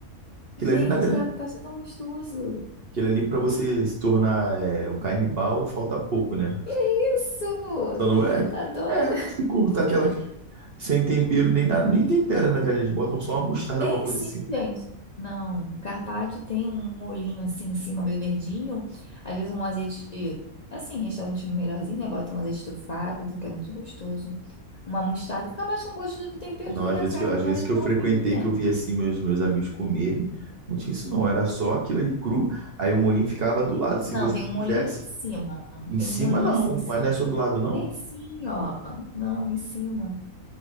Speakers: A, on the right; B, on the left.
A: Aquilo
B: Gente,
A: ali, na verdade,
B: carpaccio é tão gostoso.
A: aquilo ali para você se tornar é, um canibal, falta pouco, né?
B: Que isso?
A: Só não é,
B: Tá doido?
A: é, se cortar aquela sem tempero nem nada, nem tempera, na verdade. Eles botam só uma mostarda,
B: Tem
A: alguma coisa
B: sim,
A: assim.
B: gente. Não, carpaccio tem um olhinho assim em cima, meio verdinho. Às vezes um azeite, assim, restaurante melhorzinho, né? Bota um azeite trufado, que é muito gostoso. Uma mostarda, fica mais com gosto do tempero
A: Não,
B: do que
A: às
B: da
A: vezes,
B: carne.
A: que eu- às
B: A carne
A: vezes
B: é tão
A: que eu frequentei,
B: fininha.
A: que eu vi assim meus, meus amigos comerem, não tinha isso não, era só aquilo ali cru, aí o molinho ficava do lado, se
B: Não,
A: você
B: tem um
A: quisesse.
B: molhinho em cima.
A: Em
B: Tem
A: cima
B: um molhinho
A: não,
B: assim em cima.
A: mas não é só do lado não?
B: Tem sim, ó. Não, em cima.